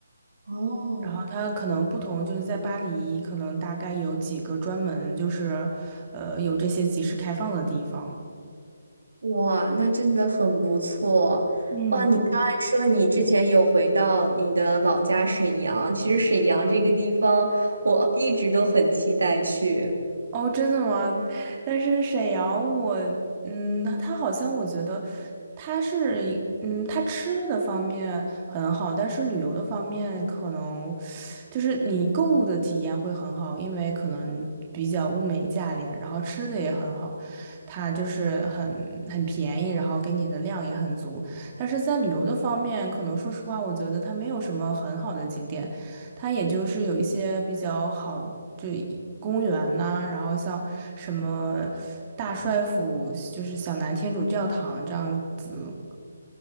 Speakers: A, on the right; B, on the right.
A: 哦。
B: 然后它可能不同，就是在巴黎可能大概有几个专门就是，呃，有这些集市开放的地方。
A: 哇，那真的很不错。
B: 嗯。
A: 哇，你刚才说你之前有回到你的老家沈阳，其实沈阳这个地方我一直都很期待去。
B: 哦，真的吗？但是沈阳我，嗯，他好像我觉得他是一嗯，他吃的方面很好，但是旅游的方面可能就是你购物的体验会很好，因为可能比较物美价廉，然后吃的也很好，它就是很很便宜，然后给你的量也很足。但是在旅游的方面，可能说实话，我觉得它没有什么很好的景点，它也就是有一些比较好，就公园呐、然后像什么大帅府，就是小南天主教堂这样子，